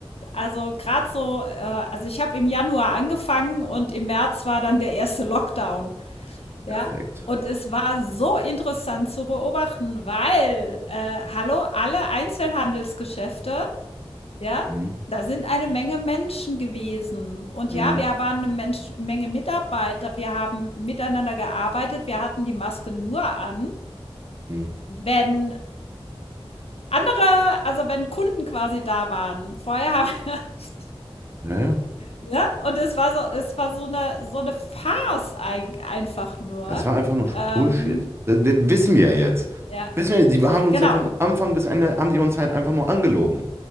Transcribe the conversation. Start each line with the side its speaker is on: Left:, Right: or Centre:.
Left: also gerade so, äh, also ich habe im Januar angefangen und im März war dann der erste Lockdown, ja.
Right: Perfekt.
Left: Und es war so interessant zu beobachten, weil, äh, hallo, alle Einzelhandelsgeschäfte ja,
Right: Mhm.
Left: da sind eine Menge Menschen gewesen. Und
Right: Mhm.
Left: ja, wir waren eine Mensch Menge Mitarbeiter. Wir haben miteinander gearbeitet. Wir hatten die Maske nur an,
Right: Mhm.
Left: wenn andere also, wenn Kunden quasi da waren. Vorher haben wir <laughs>
Right: Ja, ja.
Left: ja Und es war so es war so eine so eine Farce eig einfach nur.
Right: Das war einfach nur
Left: Ähm,
Right: Bullshit. Das, das wissen wir ja jetzt.
Left: ja,
Right: Wissen wir, die haben uns
Left: genau,
Right: ja von Anfang bis Ende, haben die uns halt einfach nur angelogen.